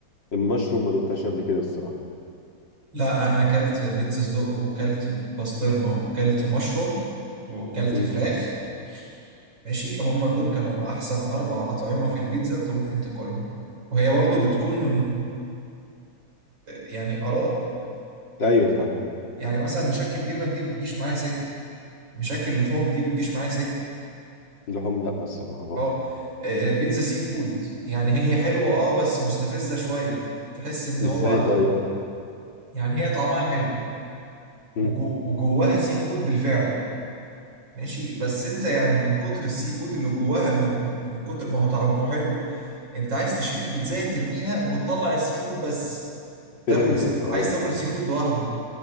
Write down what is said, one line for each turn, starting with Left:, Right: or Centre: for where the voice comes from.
Left: المشروم ما دقتهاش قبل كده الصراحة
Right: لا انا اكلت بيتزا صدق وكلت بسطرمه وكلت مشروم وكلت
Left: مم.
Right: فراخ ماشي هما دول كانوا احسن اربع اطعمه في البيتزا انت ممكن تاكلهم وهي برضو بتكون يعني آراء
Left: أيوه فاهم
Right: يعني مثلا مشاكل جبن دي بتجيش معايا سك مشاكل لحوم دي بتجيش معايا سك
Left: لهم لا الصراحة برضه
Right: اه آه، آه، بيتزا سي فود يعني هي حلوة اه بس مستفزة شوية تحس ان
Left: ازاي
Right: هو
Left: طيب
Right: يعني هي طعمها حلو
Left: مم.
Right: وجو وجواها سي فود بالفعل ماشي بس انت يعني من كتر السي فود اللي جواها من من كتر ما هو طعمه حلو انت عايز تشيل البيتزاية ترميها وتطلع السي فود بس تاكل
Left: فهمتك
Right: الس- عايز
Left: فهمت
Right: تاكل السي فود لوحده